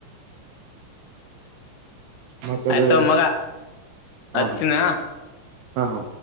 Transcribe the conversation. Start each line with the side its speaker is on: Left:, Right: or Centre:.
Right: ಮತ್ತದು
Left: ಆಯ್ತ ಮಗ
Right: ಹಾ
Left: ಹಚ್ತೀನಿ
Right: ಹಾ ಹಾ ಹಾ